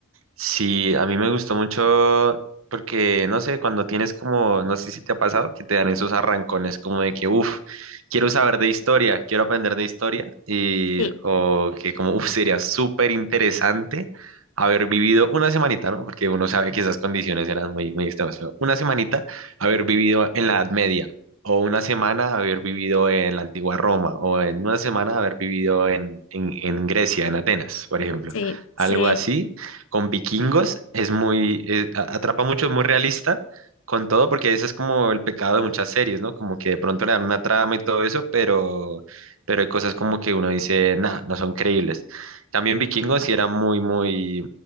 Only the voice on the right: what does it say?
Sí, a mí me gustó mucho porque, no sé, cuando tienes como, no sé si te ha pasado, que te dan esos arrancones como de que, uff, quiero saber de historia, quiero aprender de historia, y,
o que como, uff, sería súper interesante haber vivido una semanita, ¿no? Porque uno sabe que esas condiciones eran muy, muy extremas, pero una semanita haber vivido en la Edad Media, o una semana haber vivido en la antigua Roma, o en una semana haber vivido en, en, en Grecia, en Atenas, por ejemplo
algo
así, con vikingos es muy, eh, a- atrapa mucho, es muy realista con todo, porque ese es como el pecado de muchas series, ¿no? Como que de pronto le dan una trama y todo eso, pero, pero hay cosas como que uno dice, nah, no son creíbles. También vikingos sí era muy, muy,